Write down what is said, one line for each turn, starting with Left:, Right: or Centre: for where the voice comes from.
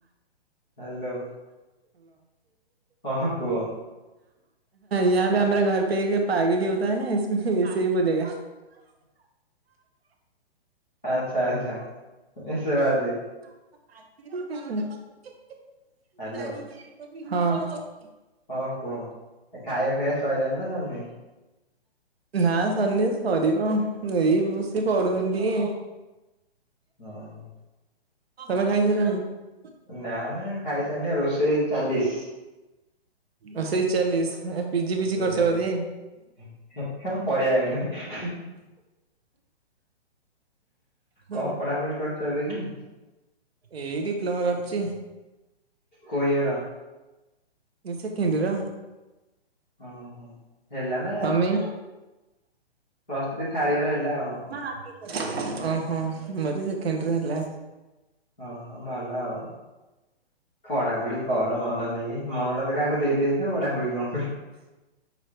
Centre: ହ୍ୟାଲୋ ହଁ କୁହ
Right: ୟାଁହାଁ ପେ ହମରା ଘର ପେ ଏକ ପାଗେଲି ହୋତା ହେ ଇସ୍ମେ ଏସେ ହି ବୋଲେଗା
Centre: ଆଚ୍ଛା ଆଚ୍ଛା ସେ ବାଦେ
Right: ହଁ।
Centre: ହ୍ୟାଲୋ ହଁ କୁହ ଖାଇବା ପିଇବା ସଇଲାଣି ନା ସରନି?
Right: ନା ସରନି ସରିବ ଆଉ ଏଇ ବସି ପଢ଼ୁଥିନି ଟିକେ
Centre: ଓହୋ
Right: ତମେ ଖାଇସାରିଲଣି?
Centre: ନା ନା ଖାଇସାରନି ରୋଷେଇ ଚାଲିଶ।
Right: ଆଉ ସେଇ ଚାଲିଶ ପିଜି ପିଜି
Centre: ଇଏ
Right: କରିଛ
Centre: ସେ
Right: ବଧେ?
Centre: <unintelligible>
Right: ହୁଁ
Centre: କଣ ପଢାପଢି କରିୁଛ ଏବେ କି?
Right: ଏଇ ଡିପ୍ଲୋମା କରିଛି।
Centre: କୋଇର?
Right: Second year.
Centre: ଓହୋ ହେଲାନା
Right: ତମେ
Centre: ପ୍ଲସ ଥ୍ରୀ ଥାର୍ଡ ଇଅର ହେଲା ଆଉ।
Right: ହଁ। ଓହୋ ମରି ସେକେଣ୍ଡ ଇଅର ହେଲା।
Centre: ହଁ ହଁ ଭଲ ଆଉ। ପଢାପଢି କର ମନ ଦେଇକି ମନଟା ତ କାହାକୁ ଦେଇେଇଥିବ ପଢାପଢି କଣ କରିବ।